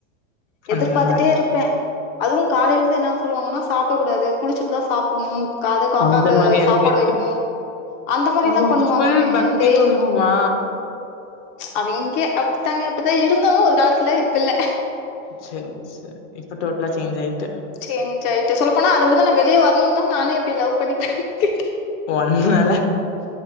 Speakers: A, on the left; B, on the left.
A: அந்த
B: எதிர்பாத்துட்டே
A: மாரி
B: இருப்பே அதுவு காலைல இர்ந்து என்ன சொல்லுவாங்கனா சாப்புடக் கூடாது குளிச்சுட்டுதா சாப்புட்ணோ கால்ல காக்காக்கு
A: அந்த மாரியா
B: சாப்பாடு
A: இருக்கு.
B: வெக்கணோ அந்த மாரிலா
A: ஓ!
B: பண்ணுவாங்கங்க
A: ஃபுல் பக்தி
B: டெய்லியு
A: குடும்பமா?
B: அவிங்க அப்டித்தாங்க அப்டித்தா இருந்தோ ஒரு காலத்துல இப்ப இல்ல
A: செரி செரி இப்ப டோட்டலா சேஞ்சாயிட்ட
B: சேஞ்சாயிட்ட சொல்லப்போனா அதுல இருந்து நா வெளிய வர்ணோந்தா நானே இப்டி லவ் பண்ணி பண்ணிக்கிட்டே
A: ஓ! அதனால